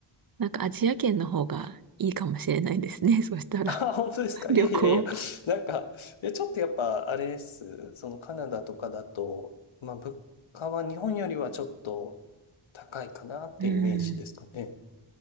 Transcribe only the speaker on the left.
あ、
本当ですかいやいやいや、
なんか、いやちょっとやっぱ、あれです。そのカナダとかだと、まあ、物価は日本よりはちょっと高いかなっていうイメージですかね。